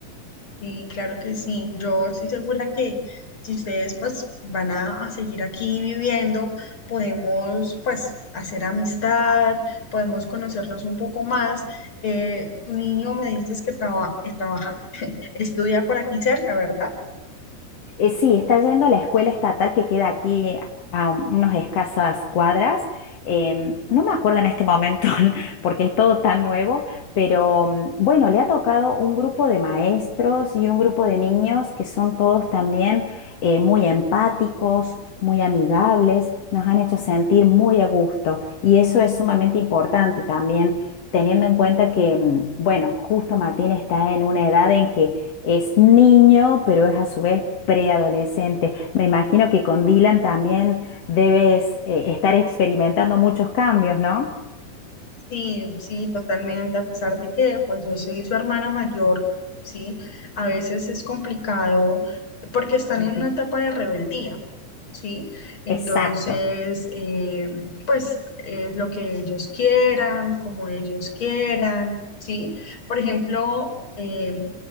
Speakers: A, on the left; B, on the left.
A: Sí, claro que sí. Yo estoy segura que si ustedes pues van a, a seguir aquí viviendo, podemos pues hacer amistad, podemos conocernos un poco más. Eh, tu niño me dices que traba- eh, trabaja, <laughs> estudia por aquí cerca, ¿verdad?
B: Eh, sí, está yendo a la escuela estatal que queda aquí a un- unas escasas cuadras. Em, no me acuerdo en este momento <laughs> porque es todo tan nuevo, pero mm, bueno, le ha tocado un grupo de maestros y un grupo de niños que son todos también eh, muy empáticos, muy amigables, nos han hecho sentir muy a gusto y eso es sumamente importante también. teniendo en cuenta que, mm, bueno, justo Martín está en una edad en que es niño, pero es a su vez preadolescente. Me imagino que con Dylan también debes eh, estar experimentando muchos cambios, ¿no?
A: Sí, sí, totalmente, a pesar de que pues yo soy su hermana mayor, sí, a veces es complicado porque están
B: Ujú.
A: en una etapa de rebeldía, sí, entonces
B: Exacto.
A: eh, pues es lo que ellos quieran, como ellos quieran, sí, por ejemplo, eh,